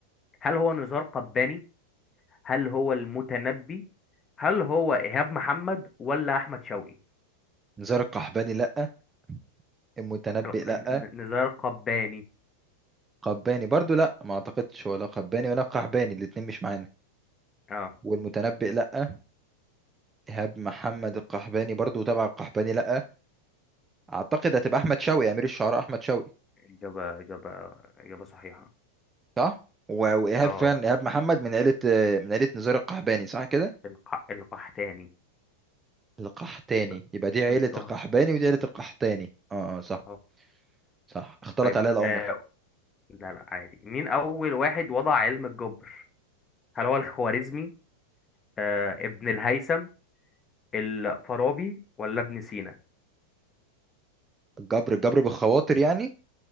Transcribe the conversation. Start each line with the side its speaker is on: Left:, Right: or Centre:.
Left: هل هو نزار قباني هل هو المتنبي هل هو إيهاب محمد ولا أحمد شوقي
Right: نزار القحباني لأ المتنبئ
Left: لا،
Right: لأ
Left: ن- ن- نزار قباني
Right: قباني برضو لأ ما أعتقدش ولا قباني ولا قحباني الاتنين مش معانا
Left: اه
Right: والمتنبئ لأ إيهاب محمد القحباني برضو تبع القحباني لأ أعتقد هتبقى أحمد شوقي أمير الشعراء أحمد شوقي
Left: إجابة إجابة إجابة صحيحة
Right: صح و- وإيهاب
Left: اه
Right: فعلا إيهاب محمد من عيلة آه، من عيلة نزار القحباني صح كده
Left: الق... القحتاني
Right: القحتاني
Left: بال-
Right: يبقى دي عيلة
Left: بالطه
Right: القحباني ودي عيلة القحتاني اه آه، صح
Left: اه
Right: صح اختلط
Left: طيب
Right: عليا الأمر
Left: آه... لا لا عادي مين أول واحد وضع علم الجبر؟ هل هو الخوارزمي آه... ابن الهيثم الفارابي ولا ابن سينا؟
Right: الجبر الجبر بالخواطر يعني